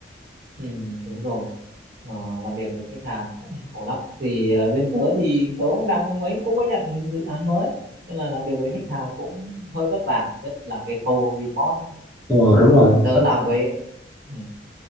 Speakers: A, on the right; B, in the centre.
A: ừ, đúng rồi. Ờ, làm việc với khách hàng cũng khổ lắm. Thì ờ, bên tớ thì tớ cũng đang mới cũng mới nhận dự án mới. Nên là làm việc với khách hàng cũng hơi vất vả, nhất là cái khâu report. ấy.
B: ờ đúng rồi
A: Ừ, Tớ làm với ừ,